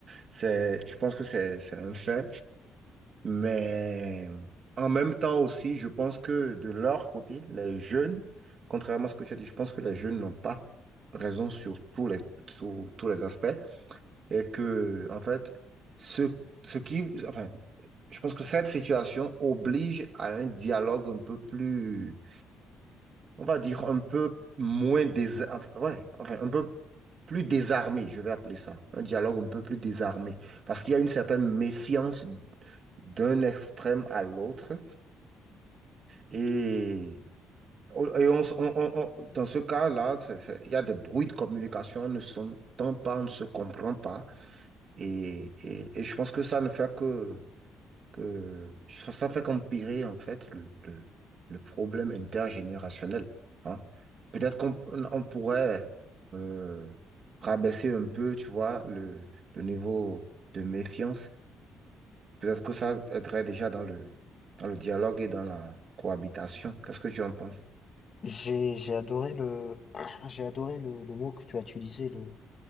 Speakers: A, on the right; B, on the left.
A: C'est, je pense que c'est, c'est un fait. Mais en même temps aussi, je pense que de leur côté, les jeunes, contrairement à ce que tu as dit, je pense que les jeunes n'ont pas raison sur tous les, sur tous les aspects et que, en fait, ce, ce qui, enfin, je pense que cette situation oblige à un dialogue un peu plus, on va dire un peu moins dés, enfin, ouais, enfin, un peu plus désarmé, je vais appeler ça, un dialogue un peu plus désarmé, parce qu'il y a une certaine méfiance d'un extrême à l'autre et oh, Et on, s- on- on- on- dans ce cas-là, c'est- c'est- il y a des bruits de communication, on ne s'entend pas, on ne se comprend pas. Et, et, et je pense que ça ne fait que, que ça ça fait qu'empirer en fait le, le, le problème intergénérationnel. hein. Peut-être qu'on on pourrait euh, rabaisser un peu, tu vois, le, le niveau de méfiance. Peut-être que ça aiderait déjà dans le, dans le dialogue et dans la cohabitation. Qu'est-ce que tu en penses?
B: J'ai, j'ai adoré le, <clears throat> j'ai adoré le, le mot que tu as utilisé, le